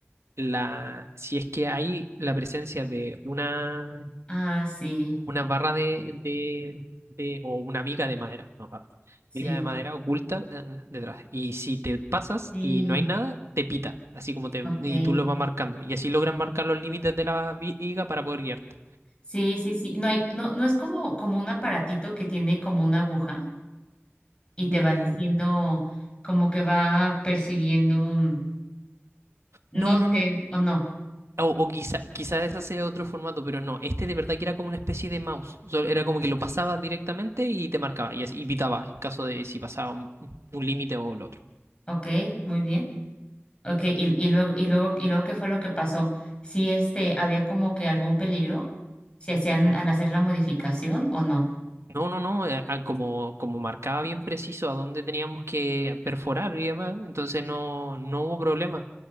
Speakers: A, on the right; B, on the left.
A: la, si es que hay la presencia de una,
B: Ah, sí,
A: una barra de, de, de- o una viga de madera, no barra,
B: sí.
A: viga de madera oculta eh, detrás. Y si te pasas
B: Sí,
A: y no hay nada, te pita, así como te,
B: ok.
A: y tú lo vas marcando. Y así logran marcar los límites de la viga para poder guiarte.
B: Sí, sí, sí. No hay, no, no es como, como un aparatito que tiene como una aguja y te
A: Mm,
B: va diciendo, como que va percibiendo, mm, no
A: no,
B: sé,
A: no, no.
B: o no.
A: O, o quizá, quizá ese sea otro formato, pero no, este de verdad que era como una especie de mouse. O sea, era como que lo pasabas directamente y te marcaba y, así- y pitaba en caso de si pasaba un, un límite o lo otro.
B: Ok, muy bien. Ok, y, y luego, y luego, y luego, ¿qué fue lo que pasó? Sí, este, había como que algún peligro, si hacían
A: N-
B: al hacer la modificación o no.
A: No, no, no, eh, ah, como, como marcaba bien preciso a dónde teníamos que perforar y demás, entonces no, no hubo problema.